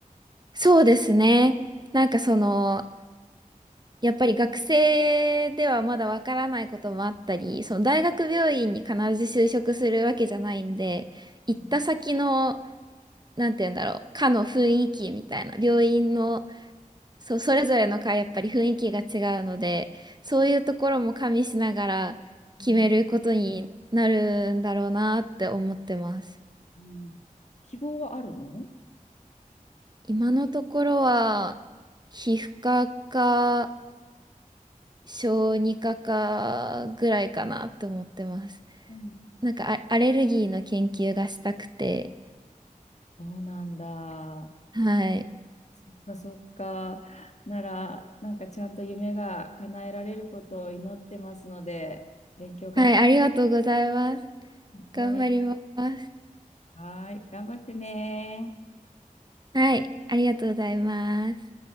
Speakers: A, on the right; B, on the left.
A: そうですね。なんかその、やっぱり学生ではまだわからないこともあったり、その大学病院に必ず就職するわけじゃないんで、行った先の、
B: うん
A: なんて言うんだろう、科の雰囲気みたいな、病院の、そう、それぞれの科やっぱり雰囲気が違うので、そういうところも加味しながら決めることになるんだろうなって思ってます。
B: うんうん希望はあるの
A: 今のところは皮膚科か小児科かぐらいかなって思ってます。
B: うん
A: なんかあアレルギーの研究がしたくて。
B: そうなんだ。
A: はい。
B: そっかそっか。なら、なんかちゃんと夢が叶えられることを祈ってますので、勉強頑張って、
A: はい、ありがとうございます。頑張ります。
B: 応援、はい、頑張ってね
A: はい、ありがとうございます。